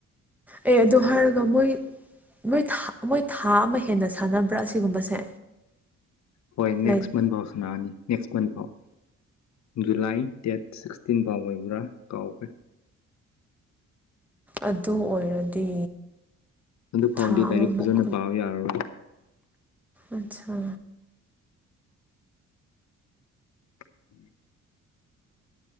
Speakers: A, in the centre; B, on the left.
A: ꯑꯦ ꯑꯗꯣ ꯍꯥꯏꯔꯒ ꯃꯣꯏ ꯅꯣꯏ ꯃꯣꯏ ꯊꯥ ꯑꯃ ꯍꯦꯟꯅ ꯁꯥꯟꯅꯕ꯭ꯔꯥ ꯑꯁꯤꯒꯨꯝꯕꯁꯦ
B: ꯍꯣꯏ ꯅꯦꯛꯁ
A: ꯂꯥꯏꯛ
B: ꯃꯟꯊ ꯐꯥꯎ ꯁꯅꯥꯔꯅꯤ ꯅꯦꯛꯁ ꯃꯟꯊ ꯐꯥꯎ ꯖꯨꯂꯥꯏ ꯗꯦꯠ ꯁꯤꯛꯁꯇꯤꯟ ꯐꯥꯎꯕꯩꯕ꯭ꯔꯥ ꯀꯥꯎꯈ꯭ꯔꯦ
A: ꯑꯗꯨ ꯑꯣꯏꯔꯗꯤ
B: ꯑꯗꯨ ꯐꯥꯎꯗꯤ
A: ꯊꯥ
B: ꯂꯥꯏꯔꯤꯛ
A: ꯑꯃꯃꯨꯛ
B: ꯐꯖꯅ ꯄꯥꯕ ꯌꯥꯔꯔꯣꯏ
A: ꯑꯆꯥ
B: <inaudible>